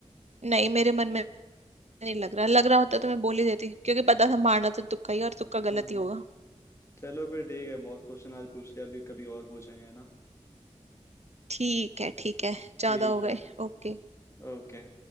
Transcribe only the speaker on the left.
हम्म
चलो फिर ठीक है बहुत क्वेश्चन आज पूछ लिया अभी कभी और पूछेंगे है ना
ठीक
है
ओके